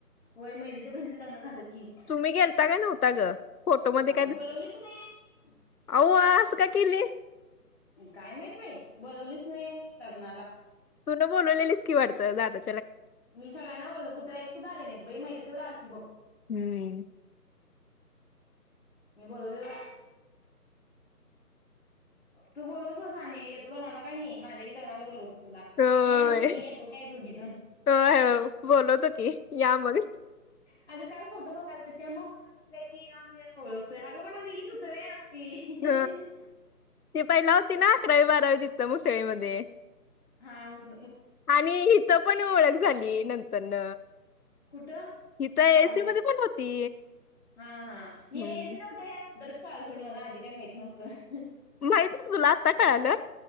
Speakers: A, on the left (about 40°); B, on the left (about 70°).
A: होय मयुरीच्या बहिणीचं लग्न झालं की
B: तुम्ही गेलता का नव्हता ग. फोटोमध्ये
A: अगं बोलवलीच नाही आणि
B: अव्वा असं का केली
A: काय माहित बई बोलवलीच नाही आणि लग्नाला
B: तु न बोलवलेलीस की वाटतं दादा
A: मी सगळ्यांना बोलो कुत्र्या एक सुद्धा आली नाहीत बई मैरी तेवढ आलती बघ
B: हम्म.
A: मी बोलवलेलो तू बोलव स साने येतो बग मला काय नई माझ्या मी तोरणाला बोलवतो तुला
B: होय
A: मी आणि आमच्या वहिणी येतो काय दोघीजन
B: होय बोलवतो की या मग
A: अग काल फोटो बघालतो त्या मग मला म्हणल्या की आम्ही ओळखतोय अगं बाई हीच हुत वय ची
B: ह. ती पहिला हुती ना अकरा बारावी तिथं मुसळेमध्ये.
A: हाऊस
B: आणि हित पण ओळख झाली नंतरन
A: कुठं
B: हित ए
A: कॉलेज
B: सी मध्ये पण होती.
A: हा हा ह्या
B: हम्म.
A: ए सी होत्या ह्या नंतर कळालं सोड मला आधी काय माहित नव्हतं.
B: माहित नव्हतं तुला आत्ता कळालं?